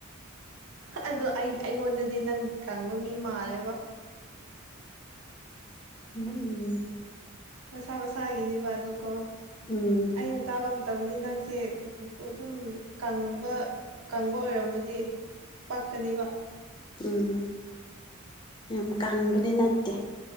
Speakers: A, on the right; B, on the left.
A: ꯑꯗꯣ ꯑꯩ ꯑꯩꯉꯣꯟꯗꯗꯤ ꯅꯪ ꯀꯪꯕ ꯃꯤ ꯃꯥꯜꯂꯦꯕ
B: ꯎ
A: ꯃꯁꯥ ꯃꯁꯥꯒꯤꯅꯦꯕ ꯑꯗꯨ ꯀꯣ
B: ꯎꯝ
A: ꯑꯩꯅ ꯇꯥꯕ ꯃꯇꯝꯗꯤ ꯅꯪꯁꯦ ꯑꯗꯨꯝ ꯀꯪꯕ ꯀꯪꯕ ꯑꯣꯏꯔꯝꯃꯗꯤ ꯄꯀꯅꯤ ꯋꯥ
B: ꯎꯝ ꯌꯥꯝ ꯀꯪꯕꯗꯤ ꯅꯠꯇꯦ